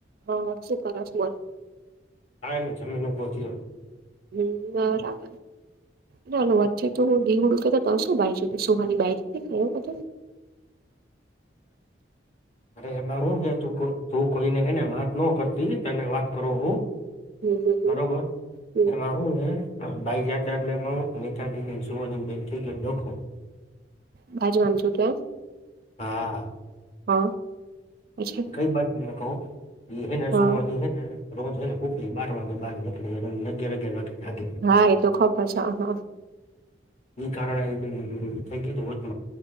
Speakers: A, on the right; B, on the left.
A: હા શું કર સુ વર
B: ની જમીન ઉભો થયો.
A: હમ બરાબર. ના આાલ વાત છે તો હું દીવડું કેતા તોશું બાઈ જધ સુહની બાઈ ખતો <inaudible>
B: અરે એમાં હું ગ તું કો તું કોઈને એને વાત ન કરતી તો એને વાત કરો હું.
A: હમ હમ
B: બરોબર,
A: હમ
B: એમાં હું હે. બાઈ જા એટલે એમાં નીચાીને જુવાની બેન થઈ ગય દખો.
A: બાજ વાંધ છુ તો એમ.
B: હા.
A: હા. પછી
B: કઈ બાત કહું. એ એને
A: હા
B: સુવાનીને રોજને ખલી બાર વાગે બહાર નીકળી અગિયાર અગિયાર વાગે. ભાગે
A: હા એતો ખબર છે હા.
B: એ કારણે થઈ ગયું હોત.